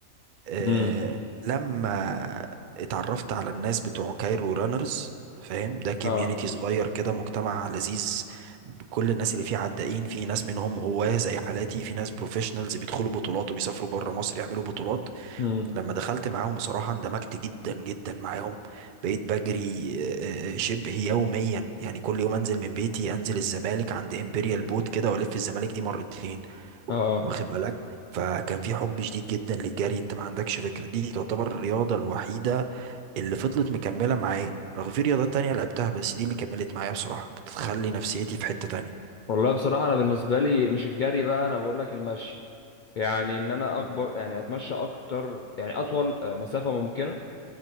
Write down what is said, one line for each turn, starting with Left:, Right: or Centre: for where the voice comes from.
Right: آه،
Left: امم
Right: لما اتعرفت على الناس بتوع كايرو رانرز فاهم ده كوميونيتي
Left: اه
Right: صغير كده مجتمع لذيذ كل الناس اللي فيه عدائين في ناس منهم هواة زي حالاتي في ناس بروفيشنالز بيدخلوا بطولات وبيسافروا بره مصر يعملوا بطولات
Left: امم
Right: لما دخلت معاهم بصراحة اندمجت جدا جدا معاهم بقيت بجري آه، آه، آه، شبه يوميا يعني كل يوم انزل من بيتي انزل الزمالك عند امبريال بوت كده والف الزمالك دي مرتين
Left: اه آه.
Right: واخد بالك فكان في حب شديد جدا للجري انت ما عندكش فكره دي تعتبر الرياضه الوحيده اللي فضلت مكمله معايا رغم في رياضات تانية لعبتها بس دي اللي كملت معايا بصراحه بتخلي نفسيتي في حته تانية
Left: والله بصراحه انا بالنسبه لي مش الجري بقى انا بقول لك المشي يعني ان انا
Right: مم.
Left: اكبر يعني اتمشى اكتر يعني اطول آه، مسافه ممكنه